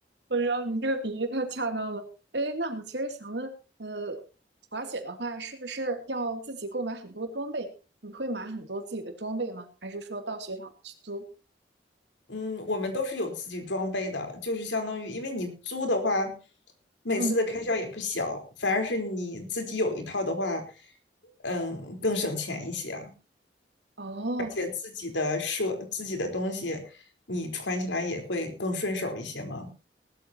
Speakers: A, on the right (about 70°); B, on the left (about 85°).
A: 我知道你这个比喻太恰当了。哎，那我其实想问，呃，滑雪的话，是不是要自己购买很多装备？你会买很多自己的装备吗？还是说到雪场去租？
B: 嗯，我们都是有自己装备的，就是相当于，因为你租的话，每次的开销也不小，
A: 嗯，
B: 反而是你自己有一套的话，嗯，更省钱一些啊，
A: 哦，
B: 而且自己的设自己的东西，你穿起来也会更顺手一些嘛。